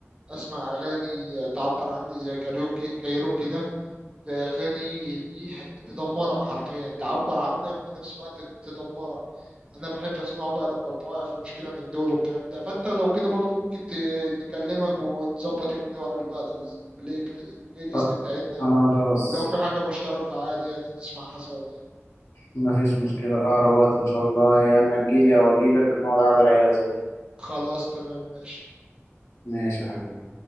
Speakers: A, on the right (about 20°); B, on the left (about 80°).
A: اسمع اغاني تعبر عني زي كاريوكي كايروكي ده ده أغاني ليه تدمرك حرفيا تعبر عنك وفي نفس الوقت تدمرك أنا بحب أسمعه بقى لما ببقى واقف في مشكلة من دول والكلام ده فأنت لو كده برضو ممكن ت- نكلمك ونظبط يوم نوري بعض ال- البلاي, البلاي ليست
B: أ-
A: بتاعتنا
B: خلاص
A: و... ولو في حاجة مشتركة عادي يعني نسمعها سوا
B: مفيش مشكلة أقرب وقت إن شاء الله يا إما تجيلي أو أجيلك نقعد قعدة رايقة زي دي
A: خلاص تمام ماشي
B: ماشي يا حبيبي